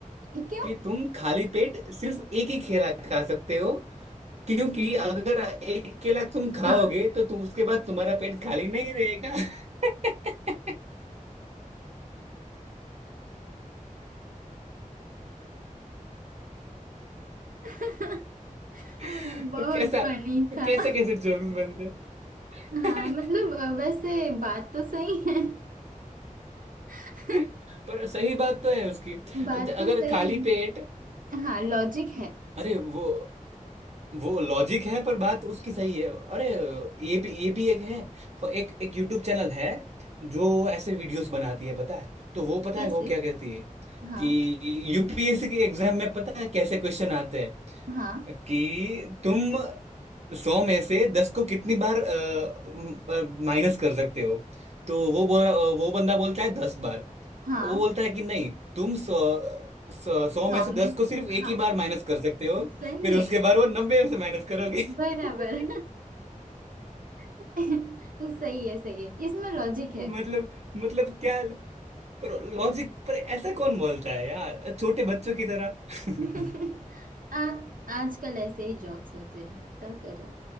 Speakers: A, on the right (about 80°); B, on the right (about 50°).
A: क्यों
B: कि तुम खाली पेट सिर्फ एक ही केला खा सकते हो क्योंकि अगर एक केला तुम खाओगे
A: हाँ
B: तो तू उसके बाद तुम्हारा पेट खाली नहीं रहेगा <laughs>
A: <laughs>
B: तो
A: बहुत
B: कैसा
A: फनी
B: तो
A: था
B: कैसे कैसे जोक्स बनते हैं?
A: हाँ मतलब अ, वैसे बात तो सही है <laughs>
B: <laughs> पर सही बात तो है उसकी
A: बात
B: ज- अगर
A: तो सही
B: खाली पेट
A: है हाँ लॉजिक है
B: अरे वो वो लॉजिक है पर बात उसकी सही है अरे ये भी ये भी एक है फ- एक एक यूट्यूब चैनल है जो ऐसे वीडियोस बनाती है पता है तो वो पता
A: कैसे
B: है वो क्या कहती है
A: हाँ
B: कि यूपीएससी की एग्जाम में पता है कैसे क्वेश्चन आते हैं
A: हाँ
B: कि तुम सौ में से दस को कितनी बार माइनस कर सकते हो तो वो बोल वो बंदा बोलता है दस बार
A: हाँ
B: वो बोलता है कि नहीं तुम सौ सौ सौ
A: प्रॉमिस
B: में से दस को सिर्फ
A: हाँ
B: एक ही बार माइनस कर सकते हो
A: सही
B: फिर
A: है
B: उसके बाद वो नब्बे से माइनस करोगे <laughs>
A: बराबर <laughs> सही है सही है इसमें लॉजिक है
B: मतलब मतलब क्या पर लॉजिक पर ऐसा कौन बोलता है यार छोटे बच्चों की तरह <laughs>
A: <laughs> आ, आजकल ऐसे ही जॉक्स होते हैं क्या करें